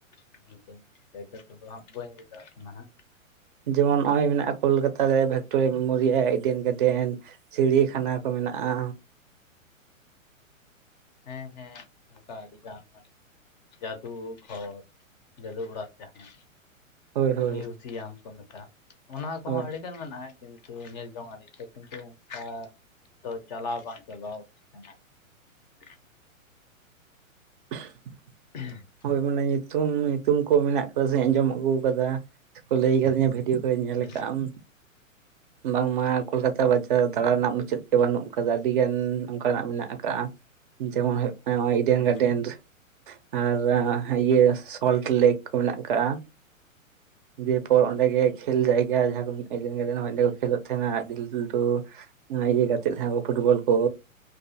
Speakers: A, on the left; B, on the right.
A: ᱛᱚ ᱚᱱᱛᱮ ᱡᱟᱭᱜᱟ ᱠᱚᱫᱚ ᱦᱟᱸᱜ ᱵᱟᱹᱧ ᱞᱟᱹᱭ ᱫᱟᱲᱮᱭᱟᱜ ᱠᱟᱱᱟ ᱦᱟᱸᱜ
B: ᱡᱮᱢᱚᱱ ᱱᱚᱜ ᱚᱭ ᱢᱮᱱᱟᱜᱼᱟ ᱠᱳᱞᱠᱟᱛᱟ ᱨᱮ ᱵᱷᱤᱠᱠᱴᱳᱨᱤᱭᱟ ᱢᱮᱢᱳᱨᱤᱭᱟᱞ ᱮᱰᱮᱱ ᱜᱟ ᱰᱮᱱ ᱪᱤᱲᱤᱭᱟᱠᱷᱟᱱᱟ ᱠᱚ ᱢᱮᱱᱟᱜᱼᱟ᱾
A: ᱦᱮᱸ ᱦᱮᱸ ᱚᱱᱠᱟ ᱟᱹᱰᱤ ᱜᱟᱱ ᱢᱟᱱᱮ ᱡᱟᱫᱩ ᱜᱷᱚᱨ ᱡᱟᱹᱫᱩ ᱚᱲᱟᱜ ᱡᱟᱦᱟᱸ
B: ᱦᱳᱭ ᱦᱳᱭ
A: ᱢᱤᱭᱩᱡᱤᱭᱟᱢ ᱠᱚ ᱢᱮᱛᱟᱜᱼᱟ, ᱚᱱᱟ ᱠᱚᱦᱚᱸ
B: ᱦᱳᱭ
A: ᱟᱹᱰᱤᱜᱟᱱ ᱢᱮᱱᱟᱜᱼᱟ᱾ ᱠᱤᱱᱛᱩ ᱧᱮᱞ ᱡᱚᱝ ᱟᱹᱱᱤᱡ ᱫᱚ ᱠᱤᱱᱛᱩ ᱚᱱᱠᱟ ᱫᱚ ᱪᱟᱞᱟᱣ ᱵᱟᱝ ᱪᱟᱞᱟᱣ ᱦᱩᱭ ᱟᱠᱟᱱᱟ᱾ <unintelligible>
B: <inaudible>
A: <inaudible>
B: ᱦᱳᱭ ᱢᱟᱱᱮ ᱧᱩᱛᱩᱢ ᱧᱩᱛᱩᱢ ᱠᱚ ᱢᱮᱱᱟᱜ ᱠᱟᱫᱟ ᱥᱮ ᱟᱸᱡᱚᱢ ᱟᱹᱜᱩ ᱟᱠᱟᱫᱟ ᱥᱮ ᱠᱚ ᱞᱟᱹᱭ ᱟᱠᱟᱫᱤᱧᱟ <inaudible> ᱵᱷᱤᱰᱭᱳ ᱠᱚᱨᱮ ᱧᱮᱞ
A: ᱦᱮᱸ
B: ᱟᱠᱟᱫ ᱟᱢ ᱵᱟᱝᱢᱟ ᱠᱳᱞᱠᱟᱛᱟ ᱵᱟᱡᱟᱨ ᱫᱟᱬᱟ ᱨᱮᱱᱟᱜ ᱢᱩᱪᱟᱹᱫ ᱵᱟᱹᱱᱩᱜ ᱠᱟᱫᱟ᱾ ᱟᱹᱰᱤᱜᱟᱱ ᱚᱱᱠᱟᱱᱟᱜ ᱢᱮᱱᱟᱜ ᱟᱠᱟᱜᱼᱟ, ᱡᱮᱢᱚᱱ ᱦᱩᱭᱩᱜ ᱠᱟᱱᱟ ᱱᱚᱼᱚᱭ ᱤᱰᱮᱱ
A: ᱦᱮᱸ
B: ᱜᱟᱨᱰᱮᱱ ᱟᱨ ᱤᱭᱟᱹ ᱥᱚᱞᱴ ᱞᱮᱠ ᱠᱚ ᱢᱮᱱᱟᱜ ᱠᱟᱜᱼᱟ ᱫᱤᱭᱯᱚᱨ ᱚᱸᱰᱮ ᱜᱮ ᱠᱷᱮᱞ ᱡᱟᱭᱜᱟ ᱡᱟᱦᱟᱸ ᱠᱚ ᱢᱤᱫ ᱮᱰᱮᱱ ᱜᱟᱨᱰᱮᱱ ᱚᱰᱮ ᱠᱚ ᱠᱷᱮᱞᱳᱜ ᱛᱟᱦᱮᱱᱟ ᱟᱹᱰᱤ ᱞᱟᱹᱴᱩ ᱞᱟᱹᱴᱩ ᱱᱚᱭ ᱤᱭᱟᱹ ᱜᱟᱛᱮᱜ ᱛᱟᱦᱮᱸ ᱠᱚ ᱯᱷᱩᱴᱵᱚᱞ ᱠᱚ